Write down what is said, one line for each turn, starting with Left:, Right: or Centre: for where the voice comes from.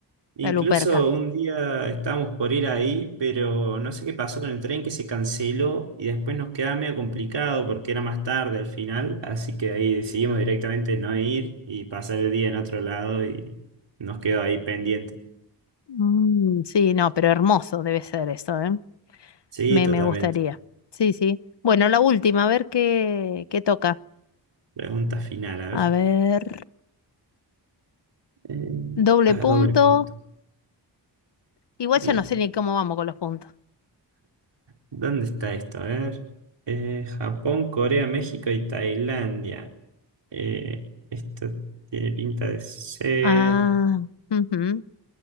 Right: incluso
Left: la Luperca.
Right: un día estábamos por ir ahí, pero no sé qué pasó con el tren que se canceló y después nos quedaba medio complicado porque era más tarde al final, así que ahí decidimos directamente no ir y pasar el día en otro lado y nos quedó ahí pendiente.
Left: Mm, sí, no, pero hermoso debe ser eso, ¿eh?
Right: Sí,
Left: Me,
Right: totalmente.
Left: me gustaría. Sí, sí. Bueno, la última, a ver qué, qué toca.
Right: Pregunta final, a ver.
Left: A ver,
Right: Eh,
Left: doble
Right: a
Left: punto.
Right: doble punto.
Left: Igual
Right: Bien.
Left: ya no sé ni cómo vamos con los puntos.
Right: ¿Dónde está esto? A ver. Eh, Japón, Corea, México y Tailandia. Eh, esto tiene pinta de ser
Left: Ah, ujú,